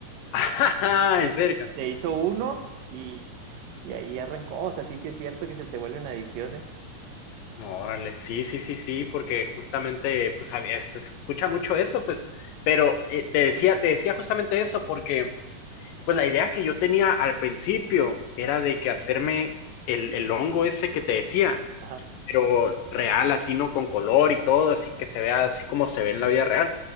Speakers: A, on the left (about 80°); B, on the right (about 80°).
A: <laughs> Ajá,
B: Se,
A: en serio.
B: se hizo uno y, y ahí arrancó. O sea, sí, sí es cierto que se te vuelven adicciones.
A: No, Órale, sí, sí, sí, sí, porque justamente, pues, a veces se escucha mucho eso, pues, pero eh, te decía, te decía justamente eso, porque, pues, la idea que yo tenía al principio era de que hacerme el, el hongo ese que te decía,
B: Ajá.
A: pero real, así, ¿no? Con color y todo, así que se vea así como se ve en la vida real.